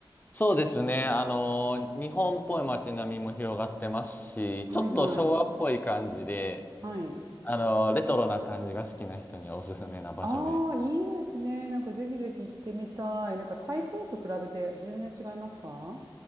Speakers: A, on the left (about 20°); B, on the right (about 40°).
A: そうですね。あの、日本っぽい街並みも広がってますし、
B: はいはい。
A: ちょっと昭和っぽい感じで、
B: はい。
A: あの、レトロな感じが好きな人にはおすすめな場所です。
B: ああ、いいですね。なんかぜひぜひ行ってみたい。なんか台北と比べて全然違いますか